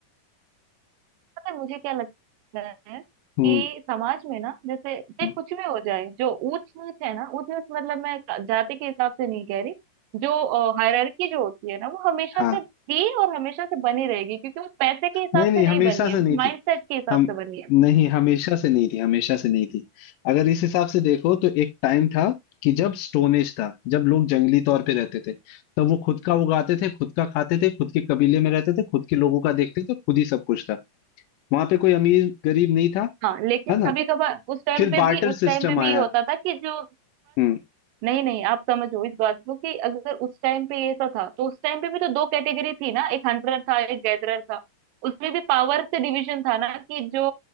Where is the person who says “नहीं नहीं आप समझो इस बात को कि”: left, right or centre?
Right